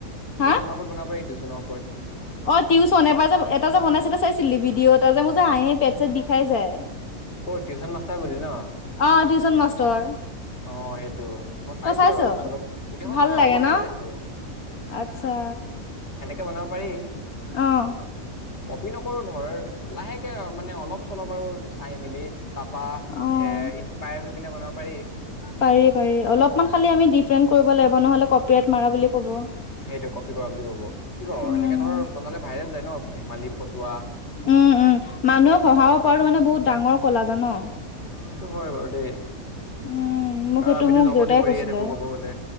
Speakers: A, on the left; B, on the left.
A: হা
B: টিউচনৰ ওপৰত বনাব পাৰি টিউচ জনৰ ওপৰত
A: অ টিউচন এবাৰ যে এটা যে বনাইছিলে চাইছিলি ভিডিঅ' এটা যে মোৰ যে হাঁহি হাঁহি পেত ছেত বিষাই যায়,
B: অ টিউচন মাষ্টাৰ বুলি ন
A: অ'' টিউচন মাষ্টৰ।
B: অ' সেইটো হয়। মই চাইছো
A: তই চাইছ
B: বাৰু অলপ চলপ। গোটেইখন
A: ভাল
B: চোৱা নাই
A: লাগে
B: অলপমান
A: ন
B: চাইছো।
A: আচ্ছা
B: সেনেকে বনাব পাৰি।
A: অহ।
B: কপি নকৰো ধৰ লাহেকে মানে অলপ চলপ আৰু চাই মেলি তা পা এ
A: অ',
B: ইনস্পায়াৰ হৈ কিনে বনাব পাৰি।
A: পাৰি পাৰি অলপমান খালি আমি ডিফাৰেণ্ট কৰিব লাগিব নহ'লে কপিৰাইট মাৰা বুলি ক'ব।
B: সেইটো কপি কৰা বুলি কব, কি ক
A: উম,
B: এনেকে ধৰ বনালে ভাইৰেল যায় ন ধেমালি ফটুৱা
A: উম উম, মানুহক হঁহাব পৰাটো মানে বহুত ডাঙৰ কলা জান?
B: সেইটো হয় বাৰু দেই।
A: উম, মোক
B: আৰু
A: সেইটো
B: আমিতো
A: মোক
B: জমনি
A: দেউতাই
B: কৰিয়ে
A: কৈছিলে।
B: থাকো ক'ব গ'লে